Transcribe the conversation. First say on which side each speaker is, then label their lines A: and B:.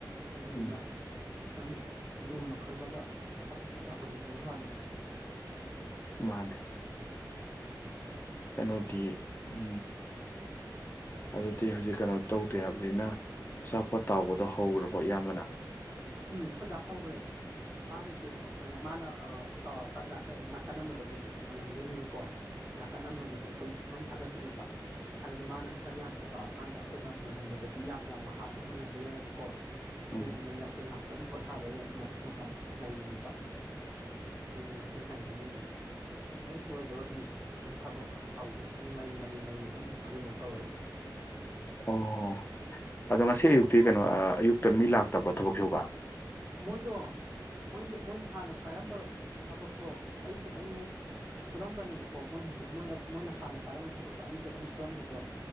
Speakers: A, on the right (about 20°); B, on the left (about 30°).
A: ꯑꯗꯨꯗꯨꯅ
B: ꯎꯝ
A: ꯈꯤꯇꯪ ꯂꯨꯅ ꯈꯜꯂꯒ ꯊꯥꯕꯛꯇꯣ ꯇꯧ ꯍꯟꯅꯤꯡꯕꯒꯤ ꯋꯥꯅꯤꯗ
B: ꯃꯥꯅꯦ ꯀꯩꯅꯣꯗꯤ ꯑꯝ ꯑꯗꯨ ꯗꯤ ꯍꯧꯖꯤꯛ ꯀꯩꯅꯣ ꯇꯧꯗꯦ ꯍꯥꯏꯕꯅꯤꯅ ꯑꯆꯥꯄꯣꯠ ꯇꯥꯎꯕꯗꯣ ꯍꯧꯈ꯭ꯔꯕꯣ ꯏꯌꯥꯝꯕꯅ
A: ꯎꯝ ꯑꯈꯣꯏ ꯗꯥ ꯍꯧꯒ꯭ꯔꯦ ꯃꯥꯒꯤꯁꯦ ꯀꯩꯅꯣ ꯃꯥꯅ ꯇꯥꯎꯔꯀꯥꯟꯗ ꯅꯥꯀꯟ ꯑꯃꯗꯣ ꯑꯃꯨꯛ ꯃꯨꯜꯍꯟꯗꯣꯏꯅꯦꯕ ꯀꯣ ꯅꯥꯀꯟ ꯑꯃꯒꯤꯗꯤ ꯑꯩꯈꯣꯏ ꯃꯩ ꯊꯥꯒꯠꯇ꯭ꯔꯤꯕ ꯍꯥꯏꯕꯗꯤ ꯃꯥꯅ ꯈꯔ ꯌꯥꯝꯅ ꯇꯧꯔꯀꯥꯟꯗ ꯑꯩꯈꯣꯏꯅ ꯃꯨꯜꯍꯟꯕꯗꯗꯤ ꯌꯥꯝ ꯌꯥꯝꯅ ꯍꯥꯞꯄ ꯃꯨꯜꯍꯟꯕ ꯌꯥꯏꯌꯦꯕ ꯀꯣ ꯑꯗꯨꯗꯨꯅꯅꯦ
B: ꯎꯝ
A: ꯑꯩꯈꯣꯏ ꯉꯥꯏꯍꯥꯛꯇꯪ ꯄꯣꯊꯥꯕ ꯃꯇꯝ ꯂꯩꯔꯤꯕ ꯑꯗꯨꯒꯤ ꯉꯥꯛꯇꯪ ꯉꯥꯏꯅꯔꯤꯅꯤ ꯑꯗꯨ ꯍꯦꯛ ꯂꯣꯏꯕꯒꯗꯤ ꯑꯗꯨꯝ ꯊꯥꯕꯛ ꯍꯧꯈꯤꯕꯗꯩ ꯃꯔꯤ ꯃꯔꯤ ꯃꯔꯤ ꯑꯗꯨꯝ ꯍꯣꯔꯦꯕꯥꯎ ꯇꯧꯔꯅꯤ
B: ꯑꯣ ꯑꯗꯣ ꯉꯁꯤ ꯑꯌꯨꯛꯇꯤ ꯀꯩꯅꯣ ꯑꯌꯨꯛꯇ ꯃꯤ ꯂꯥꯛꯇꯕ꯭ꯔꯣ ꯊꯥꯕꯛ ꯁꯨꯕ
A: ꯃꯣꯏꯗꯣ ꯃꯣꯏꯒꯤ ꯃꯣꯏꯅ ꯍꯥꯟꯅ ꯄꯥꯏꯔꯝꯕ ꯊꯥꯕꯛꯇꯣ ꯑꯌꯨꯛ ꯈꯛꯇꯪ ꯃꯣꯏ ꯁꯨꯔꯝꯕꯅꯦꯕ ꯀꯣ ꯃꯣꯏ ꯍꯧꯖꯤꯛ ꯃꯣꯏ ꯃꯣꯏꯅ ꯍꯥꯟꯅ ꯄꯥꯏꯔꯝꯕ ꯊꯥꯕꯛꯇꯣ ꯑꯌꯨꯛ ꯈꯛꯇꯪ ꯁꯨꯔꯝꯕꯗꯣ